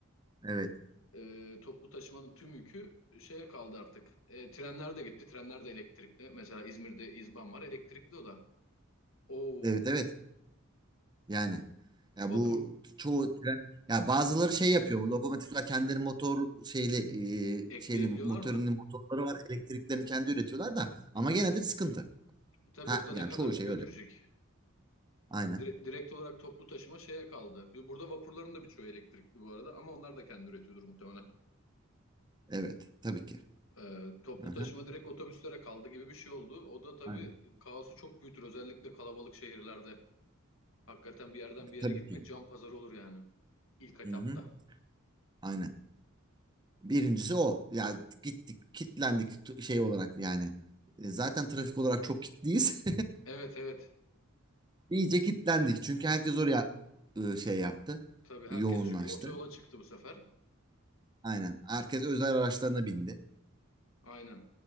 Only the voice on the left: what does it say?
Ee, toplu taşımanın tüm yükü şeye kaldı artık. Ee, trenler de gitti, trenler de elektrikli. Mesela İzmir'de İzban var, elektrikli o da. Oo,
Vapur,
Ekleyebiliyorlar
mı?
Hmm.
Tabii
o da
ne kadar
götürecek?
Dire- Direkt olarak toplu taşıma şeye kaldı. Burada vapurların da birçoğu elektrikli bu arada ama onlar da kendi üretiyordur muhtemelen.
Ee, toplu
taşıma direkt otobüslere kaldı gibi bir şey oldu. O da tabii
kaosu çok büyütür özellikle kalabalık şehirlerde. Hakikaten bir yerden bir yere
gitmek
can pazarı olur yani ilk etapta.
Evet evet.
Tabii herkes
çünkü otoyola çıktı bu sefer.
Aynen.